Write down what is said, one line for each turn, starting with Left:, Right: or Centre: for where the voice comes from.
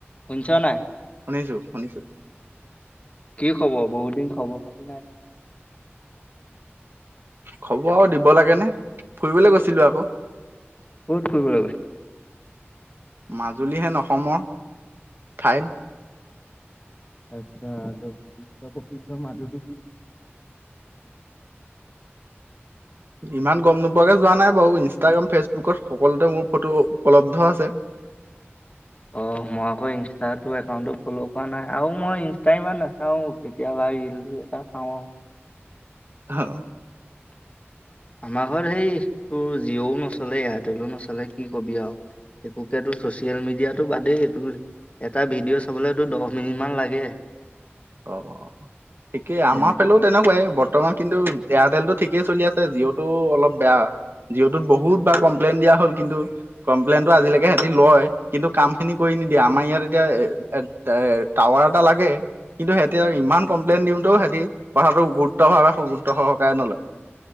Left: শুনিছ নাই?
Right: শুনিছোঁ শুনিছোঁ
Left: কি খবৰ বহুত দিন খবৰ খাতি নাই
Right: খবৰ আৰু দিব লাগে নে ফুৰিবলৈ গৈছিলোঁ আক
Left: ক'ত ফুৰিবলৈ গৈছ
Right: মাজুলী হেন অসমৰ ঠাইত
Left: আচ্ছা তই প্ৰসিদ্ধ মাজুলী
Right: ইমান গম নোপোৱাকে যোৱা নাই বাৰু ইনষ্টাগ্ৰাম ফেচবুকত সকলোতে মোৰ ফটো উপলব্ধ আছে।
Left: অ মই আকৌ ইনষ্টাতো একাউণ্টটো ফ'ল' কৰা নাই আৰু মই ইনষ্টা ইমান নাচাওঁ। কেতিয়াবা ৰিল এটা চাওঁ আউ
Right: হঅ
Left: আমাৰ ঘৰত হেই তোৰ জিঅ'ও নচলে এয়াৰটেলো নচলে কি কবি আউ একোকেতো ছচিয়েল মিডিয়াটো বাদেই এইটোও- এটা ভিডিঅ' চাবলৈ তোৰ দহ মিনিটমান লাগে।
Right: অ অ ঠিকেই
Left: তেনে
Right: আমাৰ ফালেও তেনেকুৱাই বৰ্তমান কিন্তু এয়াৰটেল টো ঠিকেই চলি আছে জিঅ' টো অলপ বেয়া। জিঅ'টোত বহুত বাৰ কমপ্লেইন দিয়া হ'ল কিন্তু কমপ্লেইনটো আজিলেকে সিহতি লয়, কিন্তু কাম খিনি কৰি নিদিয়ে আমাৰ ইয়াত এতিয়া এট এট টা টাৱাৰ এটা লাগে কিন্তু সিহতি ইমান কমপ্লেইন দিওঁতেও সিহঁতি কথাটো গুৰুত্ব ভাৱে গুৰুত্ব সহকাৰে নলয়।